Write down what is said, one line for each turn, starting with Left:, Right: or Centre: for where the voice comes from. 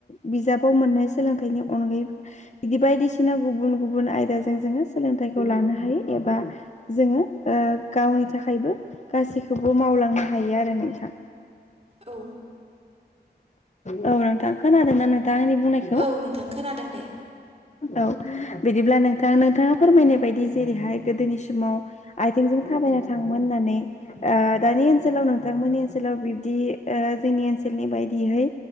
Left: बिजाबाव मोननाय सोलोंथाइनि अनगायै बिदि बायदिसिना गुबुन गुबुन आयदाजों जोङो सोलोंथाइखौ लानो हायो एबा जोङो गावनि थाखायबो गासैखौबो मावलांनो हायो आरो नोंथां
Right: औ
Left: औ नोंथां खोनादों ना नों थां आंनि बुंनायखौ
Right: औ नोंथां खोनादों दे
Left: औ बिदिब्ला नोंथां नोंथाङा फोरमायनाय बायदि जेरैहाय गोदोनि समाव आथिंजों थाबायना था ङोमोन होननानै दानि ओन सोलाव नोंथांमोननि ओनसोलाव बिबदि ओ जोंनि ओनसोलनि बायदियै